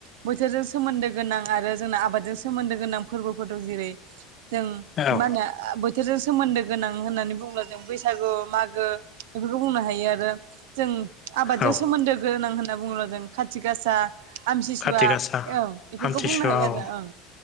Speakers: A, on the right (about 80°); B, on the left (about 30°).
A: बोथोरजों सोन्दो गोनां आरो जोंना आबादजों सोन्दो गोनां फोरबो। फोरबो जेरै जों
B: औ
A: मा होनो। बोथोरजों सोमोन्दो गोनां होननानै बुंब्ला जों बैसागु मागो बेफोरखौ बुंनो हायो आरो। जों आबादजों
B: औ
A: सोमोन्दो गोनां होनना बुङोब्ला' जों खाथि गासा। आमसिसुवा
B: खाथि गासा
A: ओं बेफोरखौ
B: आमथिसुवा
A: बुंनो हायो
B: औ
A: आरो ओं।